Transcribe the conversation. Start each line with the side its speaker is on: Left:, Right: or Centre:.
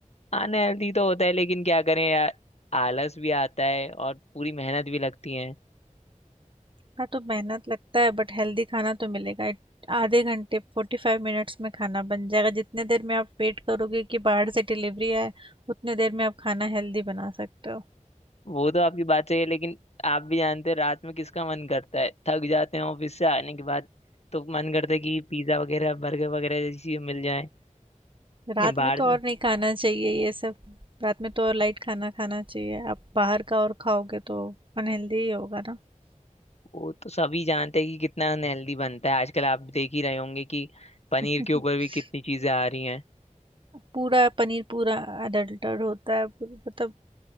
Left: अनहेल्दी तो होता है लेकिन क्या करें यार आलस भी आता है और पूरी मेहनत भी लगती है
Right: हाँ तो मेहनत लगता है बट हेल्दी खाना तो मिलेगा एक- आधे घंटे फोर्टी फाइव मिनट्स में खाना बन जाएगा जितने देर में आप वेट करोगे कि बाहर से डिलीवरी आए उतने देर में आप खाना हेल्दी बना सकते हो
Left: वो तो आपकी बात सही है लेकिन आप भी जानते हैं रात में किसका मन करता है थक जाते हैं ऑफिस से आने के बाद तो मन करता है कि पिज्ज़ा वगैरह बर्गर वगैरह जैसी चीजें मिल जाए
Right: रात
Left: ये बाहर
Right: में तो और नहीं खाना चाहिए ये सब रात में तो और लाइट खाना खाना चाहिए आप बाहर का और खाओगे तो अनहेल्दी ही होगा ना
Left: वो तो सभी जानते हैं कि कितना अनहेल्दी बनता है आजकल आप देख ही रहे होंगे कि पनीर
Right: <laughs>
Left: के ऊपर भी कितनी चीजें आ रही हैं
Right: पूरा पनीर पूरा अडल्टर होता है पूरा- मतलब